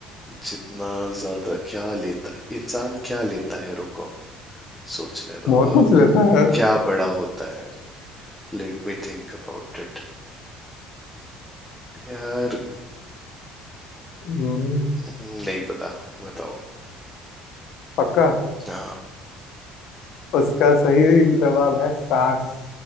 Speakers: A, in the centre; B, on the left.
A: जितना ज्यादा क्या लेता इंसान क्या लेता है रुको सोचने दो
B: बहुत
A: और
B: कुछ लेता है यार
A: क्या बड़ा होता है Let me think about it यार
B: हम्म,
A: हम्म, नहीं पता बताओ
B: पक्का
A: हाँ,
B: उसका सही जवाब है सांस